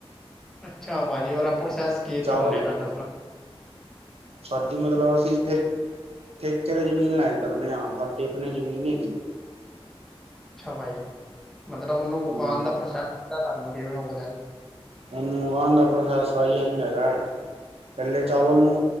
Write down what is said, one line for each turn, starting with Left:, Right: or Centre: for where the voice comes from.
Centre: ਅੱਛਾ ਪਾਜੀ ਔਰ ਪ੍ਰੋਸੈਸ ਕੀ
Right: ਚਾਵਲ
Centre: ਝੋਨੇ ਦਾ ਦੱਸਣਾਂ।
Right: ਸਾਡੀ ਮਤਲੱਬ ਅਸੀਂ ਠੇ ਠੇਕੇ ਤੇ ਜ਼ਮੀਨ ਲੈਕੇ ਕਰਨੇ ਆ ਸਾਡੀੇ ਆਪਨੀ ਜ਼ਮੀਨ ਨੀ ਹੈਗੀ।
Centre: ਅੱਛਾ ਪਾਜੀ ਮਤਲਬ ਉਹਨੂੰ ਉਗਾਨ
Right: ਹੂੰ
Centre: ਦਾ ਪ੍ਰੋਸੈਸ ਪਤਾ ਤੁਹਾਨੂੰ ਕਿਵੇਂ ਉਗਦਾ?
Right: ਇਨੂ ਉਗਾਂਣ ਦਾ ਪ੍ਰੋਸੈਸ ਸਾਲੀ ਆਣੀ ਹੈਗਾ। ਪੈਲੇ ਚਾਵਲ ਨੂੰ